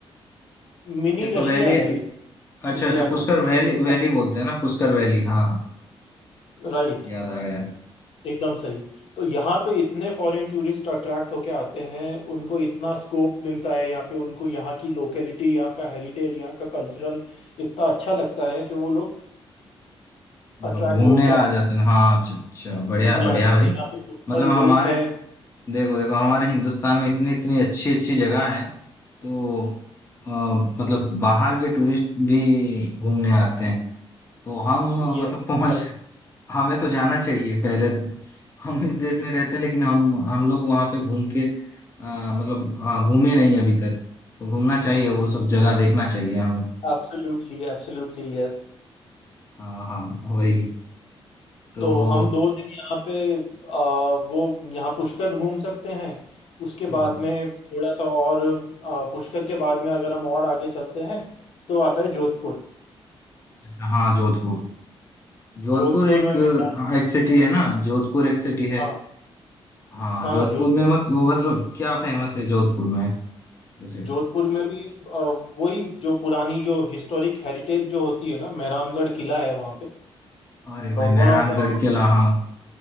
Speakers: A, on the left (about 70°); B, on the left (about 25°).
A: मिनी
B: एक
A: रशिया
B: वैली
A: है ये
B: अच्छा
A: इंडिया
B: अच्छा पुष्कर
A: का
B: वैली
A: <laughs>
B: वैली बोलते हैं ना पुष्कर वैली हाँ हाँ
A: राइट
B: याद आ गया
A: एकदम सही तो यहाँ पे इतने फॉरेन टूरिस्ट अट्रैक्ट होके आते हैं उनको इतना स्कोप मिलता है यहाँ पे उनको यहाँ की लोकेलिटी यहाँ का हेरिटेज यहाँ का कल्चरल इतना अच्छा लगता है कि वो लोग
B: मतलब
A: अट्रैक्ट
B: घूमने
A: होके
B: आ
A: आते
B: जाते
A: हैं
B: हैं हाँ अच्छा अच्छा बढ़िया
A: घूमने
B: बढ़िया
A: आ जाते
B: भाई
A: हैं यहाँ पे पुष्कर
B: मतलब हमारे
A: लेक है
B: देखो देखो हमारे हिंदुस्तान में इतनी इतनी अच्छी अच्छी जगह है तो अ, मतलब बाहर के टूरिस्ट भी घूमने आते हैं तो हम
A: Yes
B: अ, मतलब पहुंच
A: correct
B: हमें तो जाना चाहिए पहले तो हम इस देश में रहते हैं लेकिन हम हम लोग वहां पे घूम के अ, मतलब अ, घूमे नहीं अभी तक तो घूमना चाहिए वो सब जगह देखना चाहिए हमें
A: Absolutely absolutely yes
B: हाँ हाँ वही तो
A: तो हम दो दिन यहाँ पे आ, वो यहाँ पुष्कर घूम सकते हैं उसके बाद
B: हाँ
A: में थोड़ा सा और आ, पुष्कर के बाद में अगर हम और आगे चलते हैं तो आता है जोधपुर
B: अच्छा हाँ जोधपुर जोधपुर
A: जोधपुर
B: एक
A: में मैदान काफी
B: एक सिटी है
A: है
B: ना जोधपुर एक सिटी है
A: हाँ
B: हाँ
A: हाँ
B: जोधपुर
A: जोधपुर
B: में मत वो मतलब क्या फेमस है जोधपुर में जैसे
A: जोधपुर में भी अ, वही जो पुरानी जो हिस्टोरिक हेरिटेज जो होती है ना मेहरानगढ़ किला है वहाँ पे
B: अरे भाई मेहरानगढ़
A: One of the
B: किला हाँ